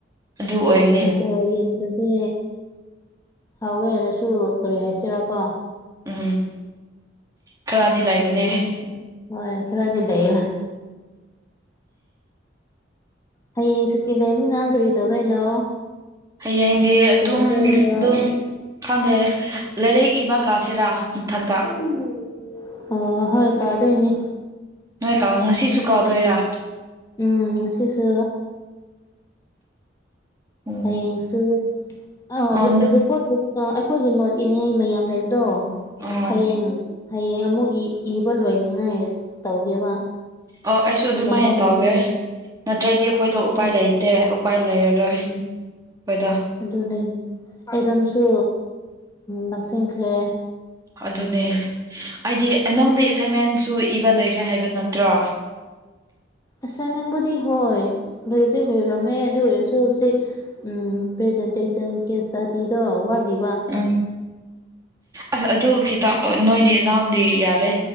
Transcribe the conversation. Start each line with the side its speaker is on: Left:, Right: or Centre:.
Right: ꯑꯗꯨ ꯑꯣꯏꯔ
Left: <unintelligible> ꯌꯦꯟꯗꯨꯗꯤ ꯍꯥꯎꯋꯦ ꯍꯥꯏꯔꯁꯨ ꯀꯔꯤ ꯍꯥꯏꯁꯤꯔꯀꯣ
Right: ꯎꯝ ꯈꯔꯗꯤ
Left: ꯃꯊꯦꯜ
Right: ꯂꯩꯕꯅꯦ
Left: ꯌꯥꯃꯜꯂꯁꯨ ꯍꯣꯏ ꯈꯔꯗꯤ ꯂꯩꯌꯦꯕ ꯍꯌꯦꯡ ꯁꯨꯇꯤ ꯂꯩꯕꯅꯤꯅ ꯅꯪ ꯀꯔꯤ ꯇꯧꯗꯣꯏꯅꯣ꯫
Right: ꯍꯌꯦꯡꯗꯤ ꯑꯗꯨꯝ
Left: ꯇꯨꯝꯗꯣꯏꯔꯣ
Right: ꯗꯨꯝ꯫ ꯈꯪꯗꯦ ꯂꯥꯏꯔꯤꯛ ꯏꯕ ꯀꯥꯁꯤꯔꯥ ꯃꯊꯥꯛꯇ꯫
Left: <unintelligible> ꯑꯣ ꯍꯣꯏ ꯀꯥꯗꯣꯏꯅꯤ꯫
Right: ꯅꯣꯏ ꯀꯥꯡ ꯉꯁꯤꯁꯨ ꯀꯥꯎꯗꯣꯏꯔ꯫
Left: ꯎꯝ ꯉꯁꯤꯁꯨ
Right: ꯎꯝ
Left: ꯍꯌꯦꯡꯁꯨ ꯑ
Right: ꯑꯣ
Left: ꯔꯨꯀꯣ <unintelligible> ꯑꯩꯈꯣꯏꯒꯤ ꯅꯣꯠ ꯏꯅꯤꯉꯥꯏ ꯃꯌꯥꯝ ꯂꯩꯕꯗꯣ <unintelligible>
Right: ꯑꯣ
Left: ꯍꯌꯦꯡ ꯍꯌꯦꯡ ꯑꯃꯨꯛ ꯏ ꯏꯕ ꯂꯣꯏꯅꯤꯡꯉꯥꯏ ꯇꯧꯒꯦꯕ꯫
Right: ꯑꯣ ꯑꯩꯁꯨ ꯑꯗꯨꯃꯥꯏꯅ
Left: ꯃꯌꯥꯝ ꯋꯥꯠꯂꯤꯕꯗꯣ
Right: ꯇꯧꯒꯦ꯫ ꯅꯠꯇ꯭ꯔꯗꯤ ꯑꯩꯈꯣꯏꯗꯣ
Left: ꯑꯗꯨ
Right: ꯎꯄꯥꯏ ꯂꯩꯇꯦ ꯎꯄꯥꯏ ꯂꯩꯔꯥꯔꯣꯏ
Left: ꯎꯝ
Right: ꯈꯣꯏꯗꯣ꯫
Left: ꯑꯗꯨꯅꯦ ꯑꯦꯖꯝꯁꯨ ꯅꯛꯁꯤꯟꯈ꯭ꯔꯦ꯫
Right: ꯑꯗꯨꯅꯦ ꯑꯩꯗꯤ ꯑꯦ ꯅꯪꯗꯩ ꯑꯦꯁꯥꯏꯟꯃꯦꯟꯁꯨ ꯏꯕ ꯂꯩꯈ꯭ꯔꯦ ꯍꯥꯏꯕ ꯅꯠꯇ꯭ꯔꯣ꯫
Left: ꯑꯁꯥꯏꯟꯃꯦꯟꯕꯨꯗꯤ ꯍꯣꯏ ꯂꯣꯏꯕꯨꯗꯤ ꯂꯣꯏꯔꯝꯃꯦ ꯑꯗꯨ ꯑꯣꯏꯔꯁꯨ ꯍꯨꯖꯤꯛ ꯎꯝ ꯄꯔꯦꯖꯦꯟꯇꯦꯁꯟ ꯀꯦꯁ ꯁ꯭ꯇꯗꯤꯗꯣ ꯋꯥꯠꯂꯤ
Right: <unintelligible> ꯑ ꯑꯗꯨ ꯈꯤꯇ ꯅꯣꯏꯗꯤ ꯅꯥꯎꯗꯤ ꯌꯥꯔꯦ